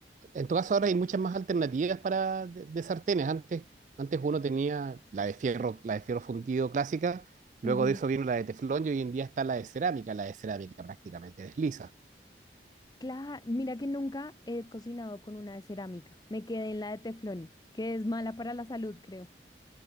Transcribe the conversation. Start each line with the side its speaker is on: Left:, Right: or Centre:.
Right: En todo caso, ahora hay muchas más alternativas para de, de sartenes. Antes, antes uno tenía la de fierro, la de fierro fundido clásica, luego
Left: Ujú.
Right: de eso vino la de teflón y hoy en día está la de cerámica, la de cerámica prácticamente desliza.
Left: Claro, mira que nunca he cocinado con una de cerámica. Me quedé en la de teflón, que es mala para la salud, creo.